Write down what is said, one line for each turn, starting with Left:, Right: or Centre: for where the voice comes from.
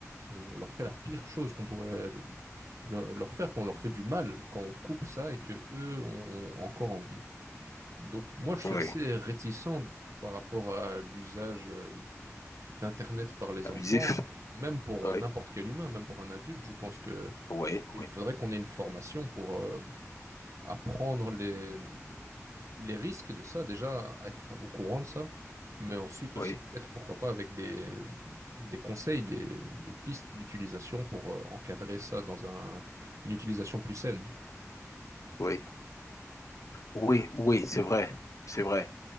Right: on leur fait la pire chose qu'on pourrait le- leur faire, qu'on leur fait du mal quand on coupe ça et que eux ont encore envie. Donc moi, je suis
Left: ouais.
Right: assez réticent par rapport à l'usage euh, d'Internet par les
Left: Abusif.
Right: enfants, même pour
Left: Ouais.
Right: euh, n'importe quel humain, même pour un adulte. Je pense que
Left: Oui,
Right: il
Left: oui,
Right: faudrait qu'on ait une formation pour euh, apprendre les les risques de ça, déjà être au courant de ça, mais ensuite aussi
Left: oui,
Right: peut-être pourquoi pas avec des, des conseils, des, des pistes d'utilisation pour euh, encadrer ça dans un, une utilisation plus saine.
Left: oui, oui, oui, c'est vrai, c'est vrai.